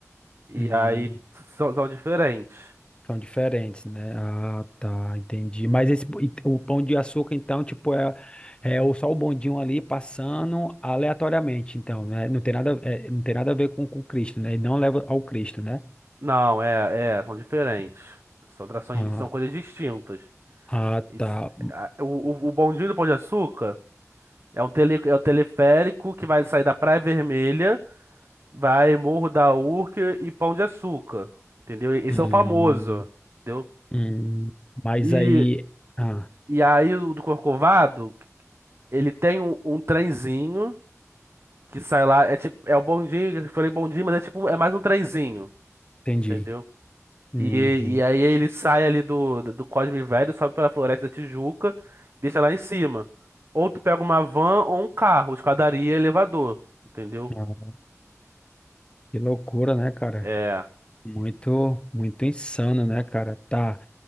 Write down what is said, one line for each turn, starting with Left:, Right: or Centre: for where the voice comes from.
Right: E
Left: Hum.
Right: aí são, são diferentes.
Left: São diferentes, né? Ah, tá, entendi. Mas esse, e o pão de açúcar, então, tipo, é, é o- só o bondinho ali passando aleatoriamente, então, né? Não tem nada, é, não tem nada a ver com, com Cristo, né? E não leva ao Cristo, né?
Right: Não, é, é, são diferentes. São atrações,
Left: Ah,
Right: são coisas distintas.
Left: ah,
Right: Isso-
Left: tá.
Right: a- o, o, o bondinho do Pão de Açúcar. É um, tele, é um teleférico que vai sair da Praia Vermelha, vai Morro da Urca e Pão de Açúcar, entendeu? Esse
Left: Hum,
Right: é o famoso, entendeu?
Left: hum. hum. mas
Right: E,
Left: aí. Ah,
Right: e aí o do Corcovado, ele tem um, um trenzinho que sai lá, é tipo, é o bondinho, eu falei bondinho, mas é tipo, é mais um trenzinho,
Left: entendi.
Right: entendeu?
Left: Uhum.
Right: E, e aí ele sai ali do, do Cosme Velho, sobe pela Floresta da Tijuca, deixa lá em cima. Ou tu pega uma van ou um carro, escadaria, elevador, entendeu?
Left: Ah, que loucura, né, cara?
Right: É,
Left: Muito, muito insano, né, cara? Tá,